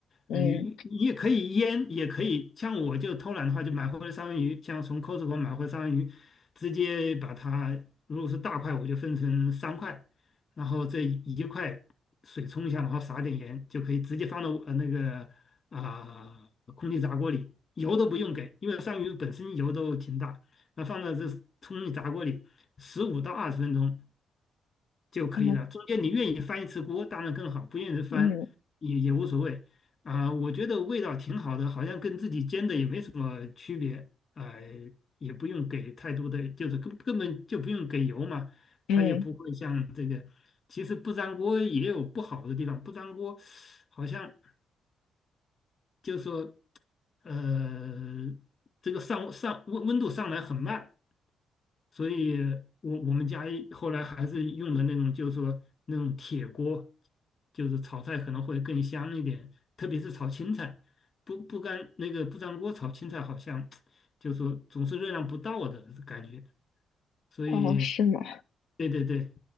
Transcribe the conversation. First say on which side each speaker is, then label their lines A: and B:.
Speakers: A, on the left; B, on the left.
A: 嗯，
B: 嗯，呃你你也可以腌，也可以像我就偷懒的话，就买回来三文鱼，像从 Costco 买回来三文鱼，直接把它如果是大块，我就分成三块；然后这一块水冲一下，然后撒点盐，就可以直接放到呃那个啊、空气炸锅里，油都不用给，因为鳝鱼本身油都挺大，那放到这空气炸锅里十五到二十分钟，就可以了。
A: 哦，
B: 中间你愿意翻一次锅，当然更好；不愿意翻也也无所谓。
A: 嗯
B: 啊、我觉得味道挺好的，好像跟自己煎的也没什么区别。哎、也不用给太多的，就是根根本就不用给油嘛，它也不会像这个。
A: 嗯，
B: 其实不粘锅也有不好的地方，不粘锅好像就说呃，这个上上温温度上来很慢。所以我我们家一后来还是用的那种，就是说那种铁锅，就是炒菜可能会更香一点，特别是炒青菜，不不干那个不粘锅炒青菜好像，<tsk> 就是说总是热量不到的感觉，所以。
A: 嗯，哦是吗？
B: 对对对，